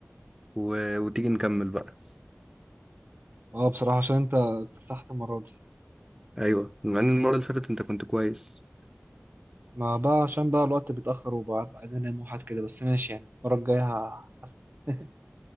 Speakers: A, on the right; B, on the right.
A: و... وتيجي نكمل بقى
B: اه بصراحة عشان انت اكتسحت المرة دي
A: أيوه مع إن المرة اللي فاتت أنت كنت كويس
B: ما بقى عشان بقى الوقت بيتأخر وبقى عايز انام وحاجات كده بس ماشي يعني المرة الجاية ه- <laughs>